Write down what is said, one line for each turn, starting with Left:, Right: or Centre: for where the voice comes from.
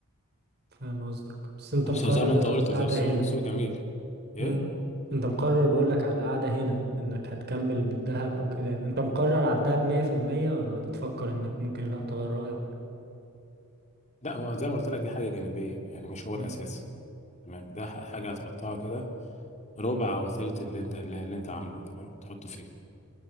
Right: فاهم قصدك بس انت
Left: وبس
Right: مقرر
Left: زي ما أنت قلت
Right: على القعدة
Left: بالظبط سوق
Right: هنا
Left: سوق جميل إيه؟
Right: مم. انت مقرر بقول لك على القعدة هنا انك هتكمل بالذهب او كده يعني انت مقرر على الذهب 100% ولا بتفكر انك ممكن لا تغير رأيك
Left: لا هو زي ما قلت لك دي حاجة جانبية يعني مش هو
Right: مم.
Left: الأساس تمام ده ح- حاجة هتحطها كده ربع أو تلت اللي أنت اللي اللي أنت عامله تمام تحطه فيه